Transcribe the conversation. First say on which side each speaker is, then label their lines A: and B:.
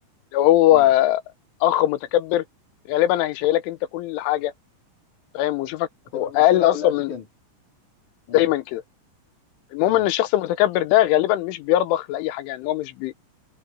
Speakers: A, on the left; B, on the left.
A: لو هو
B: مم.
A: آه، اخ متكبر غالبا هيشيلك انت كل حاجه فاهم ويشوفك
B: هتبقى المشكله
A: اقل اصلا
B: كلها فيك
A: من
B: انت مم.
A: دايما كده المهم
B: مم.
A: ان الشخص المتكبر ده غالبا مش بيرضخ لاي حاجه يعني هو مش بي...